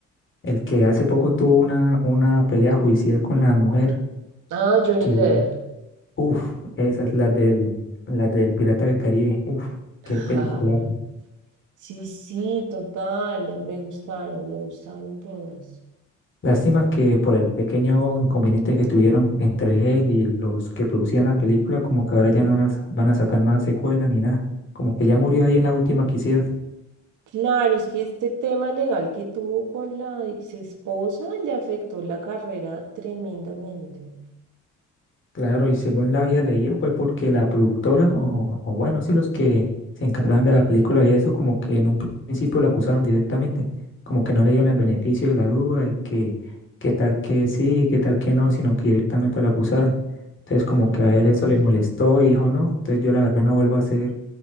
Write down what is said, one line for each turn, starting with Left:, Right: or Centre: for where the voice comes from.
Left: El que hace poco tuvo una, una pelea judicial con la mujer,
Right: Ah, Johnny
Left: que,
Right: Depp.
Left: uff, esas, las del, las del Pirata del Caribe, uff, qué
Right: <laughs>
Left: película.
Right: Sí, sí, total. Me gustaron, me gustaron todas.
Left: Lástima que por el pequeño inconveniente que tuvieron entre él y los que producían la película, como que ahora ya no van a, van a sacar más secuela ni nada, como que ya murió ahí en la última que hicieron.
Right: Claro, es que este tema legal que tuvo con la ex esposa le afectó la carrera tremendamente.
Left: Claro, y según la había leído fue porque la productora, o, o bueno, sí, los que se encargaban de la película y eso, como que en un principio lo acusaron directamente, como que no le dieron el beneficio de la duda, de que qué tal que sí, qué tal que no, sino que directamente lo acusaron. Entonces como
Right: Claro,
Left: que a él eso le molestó y dijo, no, entonces yo la verdad no vuelvo a hacer